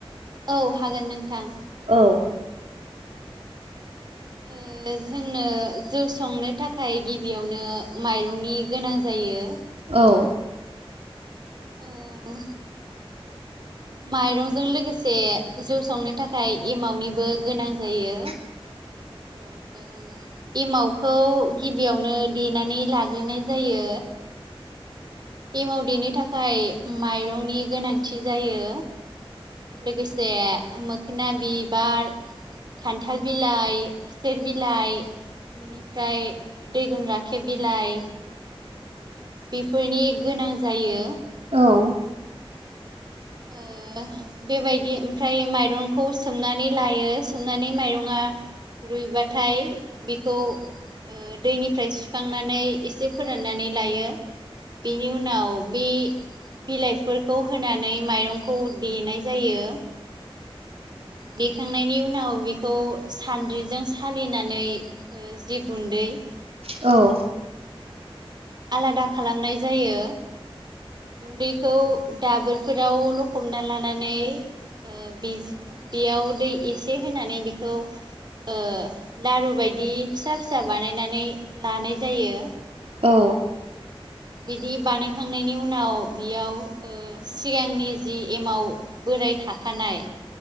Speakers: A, on the right (about 45°); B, on the right (about 75°).
A: औ हागोन नोंथां
B: औ
A: ओ जोंनो जौ संनो थाखाय गिबियावनो माइरंनि गोनां जायो
B: औ
A: औ माइरंजों लोगोसे जौ संनो थाखाय एमावनिबो गोनां जायो
B: <inaudible>
A: ओ एमावखौ गि बियावनो देनानै लाग्रोनाय जायो एमाव देनो थाखाय माइरंनि गोनांथि जायो लोगोसे मोखोना बिबार खान्थाल बिलाइ खुसेर बिलाइ बिनिफ्राय दैगुन राखेब बिलाइ बेफोरनि गोनां जायो
B: औ
A: ओ बेबायदि ओमफ्राय माइरंखौ सोमनानै लायो सोमनानै माइरंङा रुइबाथाय बेखौ ओ दैनिफ्राय सुखांनानै एसे फोराननानै लायो बेनि उनाव बे बिलाइफोरखौ होनानै माइरंखौ देनाय जायो देखांनायनि उनाव बेखौ सान्द्रिजों सालिनानै जि गुन्दै <inaudible>
B: औ
A: आलादा खालामनाय जायो। गुन्दैखौ दाबोरफोराव लखबना लानानै ओ <inaudible> बेयाव दै एसे होनानै बेखौ ओ लारु बायदि फिसा फिसा बानायनानै लानाय जायो।
B: औ
A: बिदि बानायखांनायनि उनाव बियाव ओ सिगांनि जि एमाव बो राय थाखानाय